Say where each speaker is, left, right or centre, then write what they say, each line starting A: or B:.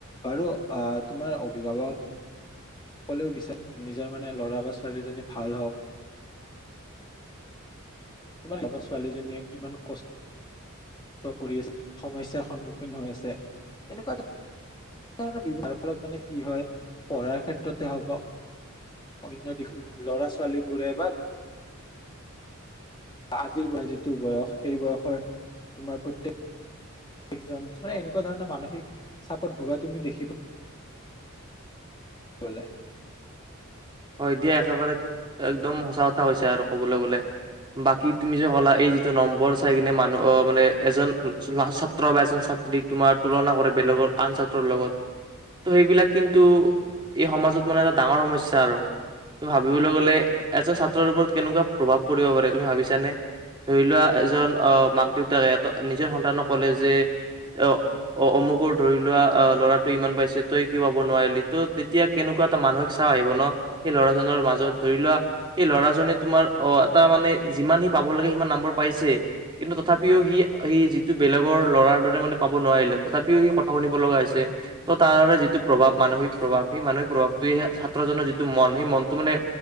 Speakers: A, on the left; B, on the right.
A: বাৰু আহ তোমাৰ অভিভাৱক সকলেও বিচাৰে নিজৰ মানে ল'ৰা বা ছোৱালীজনী ভাল হওক। তোমাৰ <unintelligible> ছোৱালীজনীয়ে কিমান কষ্ট কৰি আছে সমস্যাৰ সন্মুখীন হৈ আছে এনেকুৱা এটা <unintelligible> ফলত মানে কি হয় পঢ়াৰ ক্ষেত্ৰতে হওক বা অন্য দিশো ল'ৰা-ছোৱালী বোৰে বা আজিৰ <unintelligible> যিটো বয়স সেই বয়সৰ তোমাৰ প্ৰত্যেক- একজন মানে এনেকুৱা ধৰণৰ মানসিক চাপত ভুগা তুমি দেখিবা <unintelligible>
B: হয় দিয়া একেবাৰে একদম সঁচা কথা কৈছা আৰু কবলৈ গলে। বাকী তুমি যে ক'লা এই যিটো নম্বৰ চাই কিনে মানুহ অ, মানে এজন ছাত্ৰ বা এজন ছা ছাত্ৰীক তোমাৰ তুলনা কৰে বেলেগৰ আন ছাত্ৰৰ লগত ত' সেইবিলাক কিন্তু এই সমাজত মানে এটা ডাঙৰ সমস্যা আৰু। ত' ভাবিবলৈ গলে এজন ছাত্ৰৰ ওপৰত কেনেকুৱা প্ৰভাৱ পৰিব পাৰে তুমি ভাবিছানে? ধৰি লোৱা এজন অ, মাক-দেউতাকে এটা নিজৰ সন্তানক কলে যে অ, অ, অমুকৰ ধৰি লোৱা অ, ল'ৰাটো ইমান পাইছে তই কিয় পাব নোৱাৰিলি তো তেতিয়া কেনেকুৱা এটা মানসিক চাপ আহিব ন'সেই ল'ৰাজনৰ মাজত ধৰি লোৱা এই ল'ৰাজনে তোমাৰ অ, এটা মানে যিমান সি পাব লাগে সিমান নম্বৰ পাইছে। কিন্তু তথাপিও সি-সি যিটো বেলেগৰ ল'ৰাৰ দৰে মানে পাব নোৱাৰিলে তথাপিও সি কথা শুনিব লগা হৈছে ত' তাৰ বাবে যিটো প্ৰভাৱ মানসিক প্ৰভাৱ সেই মানসিক প্ৰভাৱটো <unintelligible> ছাত্ৰজনৰ যিটো টো মন সেই মনটো মানে